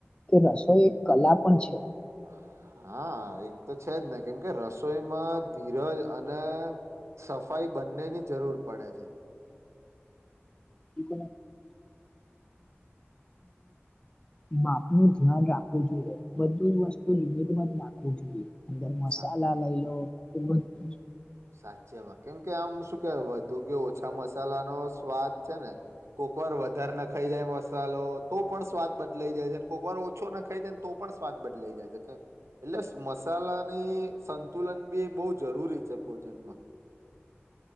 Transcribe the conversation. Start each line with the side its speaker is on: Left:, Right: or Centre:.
Left: કે રસોઈ એક કલા પણ છે.
Right: હા હા, એક તો છેજ, ને કેમ કે રસોઈમાં ધીરજ અને સફાઈ બંનેની જરૂર પડે છે.
Left: <inaudible> માપનું ધ્યાન રાખવું જોઈએ, બધું જ વસ્તુ લિમિટ જ નાખવું જોઈએ અંદર મસાલા
Right: સા
Left: લઈ, લો એ બધ
Right: સાચેમાં કેમ કે આમ શું કેવાય વધુ, કે ઓછા મસાલા નો સ્વાદ છે, ને કો કોકવાર વધારે ન ખાઈ જાય, મસાલો તો પણ સ્વાદ બદલાઈ જાય, છેને કોકવાર ઓછો ન ખાઈ જાય, ને તો પણ સ્વાદ બદલાઈ જાય છે, એટલે મસાલાની સંતુલન બી એ બહ જરૂરી છે, ભોજન્માં